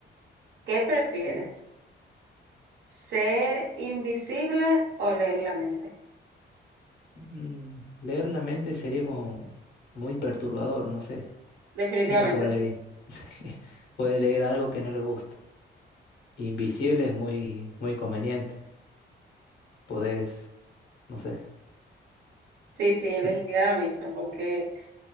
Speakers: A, on the right; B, on the left.
A: ¿Qué prefieres?
B: Sí.
A: ¿Ser invisible o leer la mente?
B: Mm, leer la mente sería como muy perturbador, no sé.
A: Definitivamente.
B: Uno por ahí <laughs> sí, puede leer algo que no le gusta. Invisible es muy, muy conveniente. Podés, no sé.
A: Sí, sí, elegiría
B: Mm,
A: la misma porque